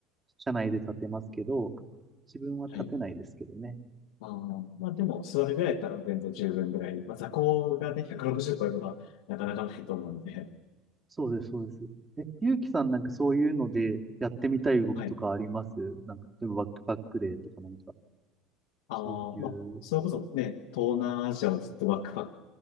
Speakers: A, on the right; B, on the left.
A: 車内で立てますけど、自分は立てないですけどね。
B: はい。あーまあでも座るぐらいだったら全然十分ぐらい。まあ座高がね、160超えることはなかなかないと思うので。
A: そうです、そうです。え、ゆうきさんなんかそういうのでやってみたい動きとかありますなんか、
B: はい。
A: 例えばバックパックでとかなんか。
B: ああ、
A: そういう、
B: まあ、それこそね、東南アジアをずっとバックワッ